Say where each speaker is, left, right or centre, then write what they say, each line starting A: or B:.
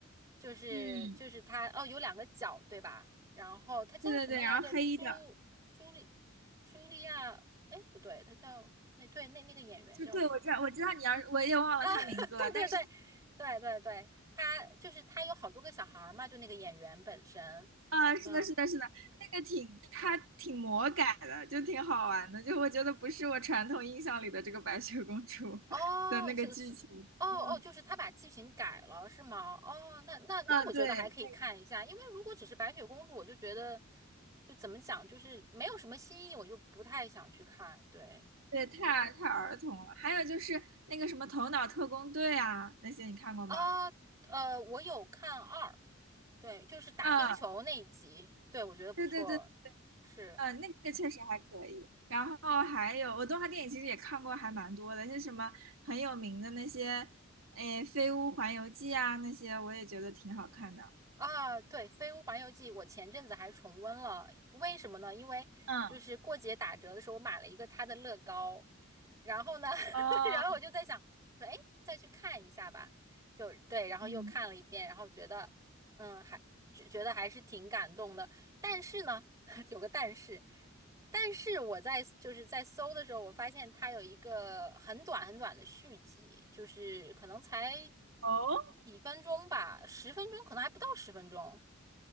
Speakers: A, on the right; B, on the right.
A: 就是就是他哦有两个角对吧？
B: 嗯，
A: 然后他叫什么来着？
B: 对对对，然后黑的，
A: 朱朱莉朱莉亚？哎不对，他叫那对那那个演员叫什么
B: 就对，我知道我知道你要，我也忘了她名字了，
A: 啊？<laughs> 对对对
B: 但是。
A: 对对对，他就是他有好多个小孩儿嘛，就那个演员本身，
B: 啊，是的，
A: 嗯。
B: 是的，是的，那个挺，它挺魔改的，就挺好玩的。就我觉得不是我传统印象里的这个白雪公主
A: 哦，
B: <laughs> 的那个剧情。
A: 这是，哦哦，
B: 嗯，
A: 就是他把剧情改了，是吗？哦，那那那我觉得还可以看一下，
B: 啊对，
A: 因为如果只是白雪公主，我就觉得就怎么讲，就是没有什么新意，我就不太想去看。对，
B: 对，太太儿童了。
A: 嗯
B: 还有就是那个什么《头脑特工队》啊，那些你看过吗？
A: 啊，呃，我有看二，对，就是打冰球那一集，
B: 嗯，
A: 对，我觉得不错，
B: 对对对，
A: 是。
B: 嗯，那个确实还可以。然后还有我动画电影其实也看过还蛮多的，像什么很有名的那些，诶，《飞屋环游记》啊，那些我也觉得挺好看的。
A: 啊，对，《飞屋环游记》，我前阵子还重温了，为什么呢？因为就是过节打折的时候，
B: 嗯，
A: 我买了一个它的乐高，然后呢，<laughs>
B: 哦。
A: 然后我就在想说，哎，再去看一下吧，就对，然后又看了一遍，
B: 嗯，
A: 然后觉得，嗯，还觉觉得还是挺感动的，但是呢，<laughs> 有个但是，但是我在就是在搜的时候，我发现它有一个很短很短的续集，就是可能才
B: 哦，
A: 几分钟吧，十分钟，可能还不到十分钟。